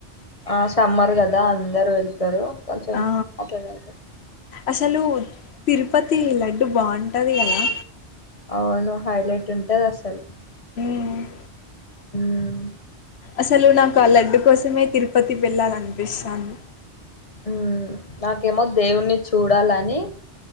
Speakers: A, on the left; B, on the left.
A: ఆ సమ్మర్ కదా దా అందరు వెళ్తారు కొంచం
B: ఆ
A: అట్లనే
B: అసలు తిరుపతి లడ్డు బావుంటది కదా
A: అవును హైలైట్ ఉంటది అసలు
B: హ్మ్
A: మ్మ్
B: అసలు నాకు ఆ లడ్డు కోసమే తిరుపతి వెళ్ళాలనిపిస్తాను
A: ఉ నాకేమో దేవుణ్ణి చూడాలని